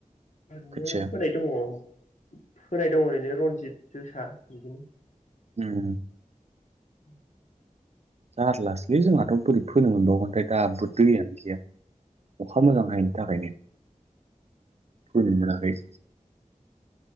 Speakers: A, on the left; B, on the right.
A: ओरैनो
B: खोथिया
A: फोनाय दङ फोनाय दङ ओरैनो रनजित जोसा बिदिनो।
B: उम।
A: उम।
B: जारलासोलै जोंनाथ' बोरै फोनो मोनबावगोनथाय दाबो दैयानो गैया। अखा मोजां हायैनि थाखायनो फोनो मोनाखै।